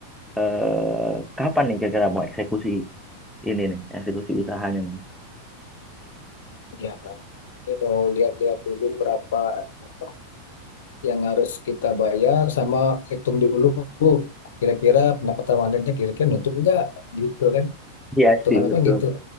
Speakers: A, in the centre; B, on the left (about 60°).
A: eh, kapan nih kira-kira mau eksekusi ini nih, eksekusi usahanya nih?
B: Ya, ini mau lihat-lihat dulu berapa apa yang harus kita bayar sama hitung dulu kira-kira pendapatan wanitanya kira-kira nutup enggak gitu kan.
A: Iya
B: Hitungan
A: sih,
B: apa
A: betul.
B: gitu.